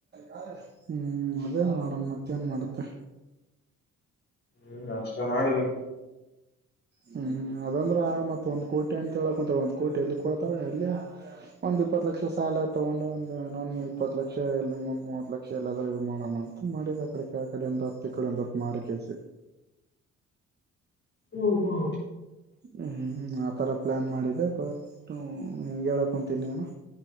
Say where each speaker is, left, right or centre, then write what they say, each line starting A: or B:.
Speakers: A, on the right; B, on the left.
A: ಕಾಲ <unintelligible> ಹ್ಮ್ ಅದೇ ಮಾಡ ಮತ್ತೇನ್ ಮಾಡತ್ತೆ.
B: ಹ್ಮ್ ಅಷ್ಟ ಮಾಡಿಬೇಕ
A: ಹ್ಮ್ ಅದಂದ್ರೆ ಆಗ ಮತ್ತತ್ ಒಂದ್ ಕೋಟಿ ಅಂತ ಹೇಳ ಕುಂತ ಒಂದ್ ಕೋಟಿ ಎಲ್ಲಿ ಕೊಡ್ತಾರ ಎಲ್ಲಿ ಒಂದ್ ಇಪ್ಪತ್ತು ಲಕ್ಷ ಸಾಲ ತಗೊಂಡು ಒಂದ್ ಇಪ್ಪತ್ ಲಕ್ಷ ಎಲ ಮುಂದ್ ಮೂವತ್ ಲಕ್ಷ ಎಲ್ಲಾದ್ರೂ ಇದು ಮಾಡ ಅಂತ ಮಾಡಿದ ಆ ಕಡೆ ಆ ಕಡೆ ಒಂದ ಹತ್ತು ಈ ಕಡೆ ಒಂದ ಮಾಡಿ ಕೆಸ
B: ಓ ಹ್ಮ
A: ಹ್ಮ್ ಹ್ಮ್ ಆತರ ಪ್ಲಾನ್ ಮಾಡಿದೆ ಬಟ್ ಹೆಂಗ ಹೇಳಕ್ ಕುಂತೀನಿನು